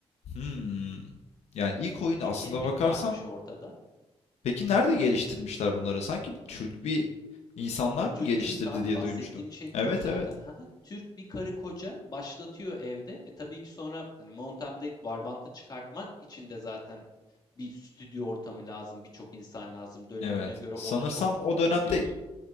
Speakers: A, on the left; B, on the left.
A: Hmm. Yani ilk oyunu
B: Fikir
A: aslında
B: hep
A: bakarsan
B: varmış ortada.
A: peki nerede geliştirmişler bunları? Sanki Türk bir insanlar mı
B: Türk
A: geliştirdi
B: Türk abi
A: diye
B: bahsettiğim
A: duymuştum.
B: şey
A: Evet
B: Türk zaten.
A: evet.
B: Ha ha, Türk bir karı koca başlatıyor evde. E tabii ki sonra hani Mountain Blade Warband'ı çıkartmak için de zaten bir stüdyo ortamı lazım, birçok insan lazım. Dönemine
A: Evet.
B: göre
A: Sanırsam
B: o da çok çok
A: o dönemde
B: iyi bir oyun.